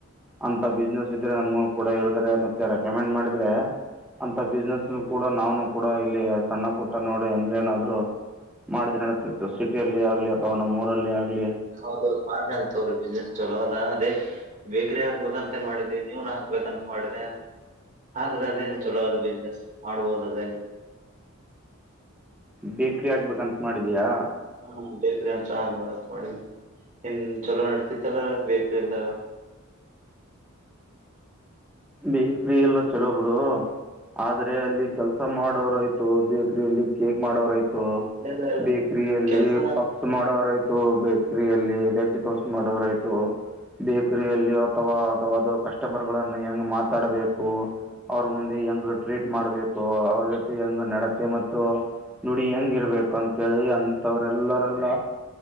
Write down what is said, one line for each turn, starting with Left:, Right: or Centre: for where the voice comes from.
Centre: ಅಂತ ಬಿಸ್ನೆಸ್ ಇದ್ರೆ ನಮ್ಗ ಕೂಡ ಹೇಳಿದ್ರೆ ಮತ್ತೆ ರೆಕಮೆಂಡ್ ಮಾಡಿದ್ರೆ ಅಂತ ಬಿಸ್ನೆೆಸ್ ಕೂಡ ನಾವನು ಕೂಡ ಇಲ್ಲಿ ಸಣ್ಣ ಕೊಟ್ಟ ನೋಡಿ ಅಂದಲ ಏನಾದ್ರು ಮಾಡಿದ್ರೆ ನಡತತ್ತು ಸಿಟಿಯಲ್ಲಿ ಆಗ್ಲಿ ಅಥವಾ ನಮ್ಮ್ ಊರಲ್ಲಿ ಆಗ್ಲಿ
Right: ಹೌದೌ ಮಾಡ್ರ ಅಂತ ಅವ್ರರು ಬಿಸ್ನೆಸ್ ಚಲೋ ಅದಾ ಅದೇ ಬೇಕ್ರ ಹಾಕ್ಬೇಕಂತ ಮಾಡಿದಿ ನೀವನ್ ಹಾಕ್ಬೇಕಂತ ಮಾಡಿದೆ ಆದ್ರೆ ಅದೇನು ಚಲೋ ಆದಿ ಬಿಸ್ನೆಸ್ ಮಾಡ್ಬೋದು ಅದೇನು.
Centre: ಬೇಕ್ರಿ ಆಗ್ಬೇಕಂತ ಮಾಡಿದಿಯಾ.
Right: ಹ್ಮ್ ಬೇಕ್ರಿ ಅಂತ ಆಗ್ಬ ಮಾಡಿದಿನಿ ನೀನ್ ಚಲೋ ನಡತಿತ್ತಲ್ಲ ಬೇಕ್ರಿ ಹಾಕದಾಗ.
Centre: ಬೇಕ್ರಿ ಎಲ್ಲಾ ಚಲೋ ಬಿಡು ಆದ್ರೆ ಅಲ್ಲಿ ಕೆಲ್ಸ ಮಾಡ್ ಆಯ್ತು ಬೇಕರಿ ಅಲ್ಲಿ ಕೇಕ್ ಮಾಡೋರಯ್ತು
Right: ಇಲ್ಲ ಇಲ್ಲ
Centre: ಬೇಕರಿ ಅಲ್ಲಿ
Right: ಕೆಲ್ಸ
Centre: ಪಾಪ್ಸ್ ಮಾಡೋರಾಯ್ತು ಬೇಕ್ರಿ ಅಲ್ಲಿ ವೆಜ್ ಪಾಪ್ಸ್ ಮಾಡೋರಾಯ್ತು. ಬೇಕರಿಯಲ್ಲಿ ಅಥವಾ ಅಥವಾ ಅದು ಕಸ್ಟಮರ್ಗಳನ್ನು ಹೆಂಗ್ ಮಾತಾಡಬೇಕು. ಅವ್ರ ಮುಂದೆ ಹೆಂಗ್ ಟ್ರೀಟ್ ಮಾಡ್ಬೇಕು ಅವ್ರ್ ಹೆಂಗ್ ನಡತೆ ಮತ್ತು ನುಡಿ ಹೆಂಗ್ ಇರ್ಬೇಕು ಅಂತೇಳಿ ಅನ್ ತವ್ರಲ್ಲರೆಲ್ಲ